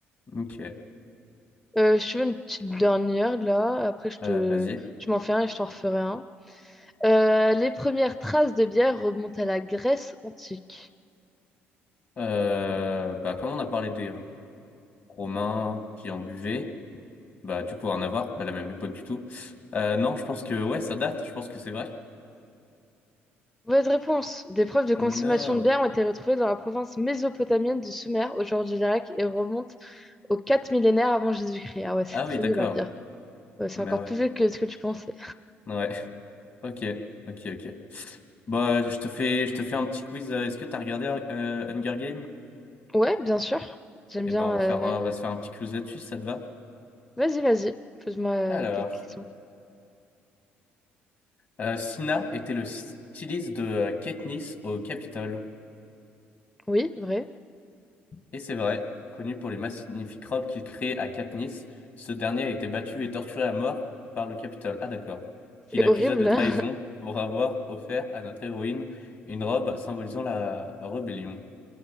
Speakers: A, on the left (about 45°); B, in the centre.
A: Ok.
B: Euh, je veux une petite dernière là, après je te...
A: Euh, vas-y.
B: tu m'en fais un et je t'en referai un. Euh, les premières traces de bière remontent à la Grèce antique.
A: Euh, bah, comme on a parlé des Romains qui en buvaient. Bah, du coup, rien à voir, pas la même époque du tout. Euh, non, je pense que, ouais, ça date, je pense que c'est vrai.
B: Mauvaise réponse. Des preuves de consommation
A: No.
B: de bière ont été retrouvées dans la province mésopotamienne du Sumer, aujourd'hui l'Irak, et remontent aux 4 millénaires avant Jésus-Christ. Ah ouais, c'est
A: Ah
B: très
A: oui, d'accord.
B: vieux la bière. Ouais, c'est
A: Mais
B: encore
A: ouais.
B: plus vieux que ce que tu pensais.
A: Ouais. <laughs> Ok, ok, ok. Bah, je te fais, je te fais un petit quiz. euh, Est-ce que t'as regardé euh, Hunger Games?
B: Ouais, bien sûr. J'aime
A: Eh
B: bien,
A: ben, on va
B: euh,
A: faire, un- on va se faire un petit quiz là-dessus, si ça te va?
B: Vas-y, vas-y. Pose-moi euh,
A: Alors,
B: quelques questions.
A: euh, Scylla était le styliste de euh, Katniss au Capitole.
B: Oui, vrai.
A: Et c'est vrai, connu pour les magnifiques robes qu'il crée à Katniss, ce dernier a été battu et torturé à mort par le Capitole. Ah d'accord. Qu'il
B: C'est
A: accusa
B: horrible.
A: de trahison
B: hein.
A: pour avoir offert à notre héroïne une robe symbolisant la rébellion.